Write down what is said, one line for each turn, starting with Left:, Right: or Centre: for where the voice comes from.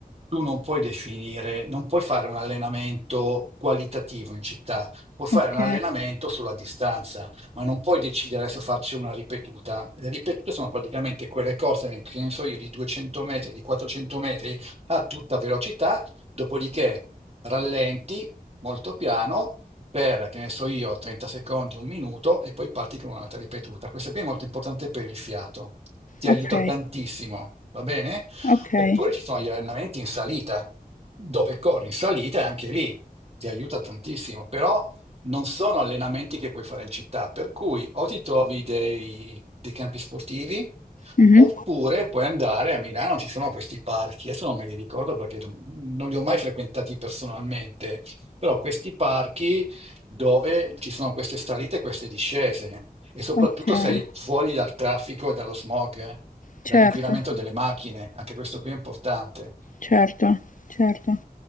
Right: tu non puoi definire, non puoi fare un allenamento qualitativo in città, puoi fare
Left: Ok,
Right: un allenamento sulla distanza, ma non puoi decidere adesso faccio una ripetuta. Le ripetute sono praticamente quelle corse, ne- che ne so io, di 200 metri, di 400 metri a tutta velocità, dopodiché rallenti molto piano per, che ne so io, 30 secondi, un minuto e poi parti con un'altra ripetuta. Questa qui è molto importante per il fiato, ti aiuta
Left: ok.
Right: tantissimo, va bene?
Left: Okay,
Right: Oppure ci sono gli allenamenti in salita, dove corri in salita e anche lì ti aiuta tantissimo, però non sono allenamenti che puoi fare in città, per cui o ti trovi dei, dei campi sportivi,
Left: mh-mh.
Right: oppure puoi andare a Milano, ci sono questi parchi, adesso non me li ricordo perché non non li ho mai frequentati personalmente, però questi parchi dove ci sono queste salite e queste discese e soprattutto
Left: Okay,
Right: sei fuori dal traffico e dallo smog, eh,
Left: certo,
Right: dall'inquinamento delle macchine, anche questo qui è importante.
Left: certo, certo.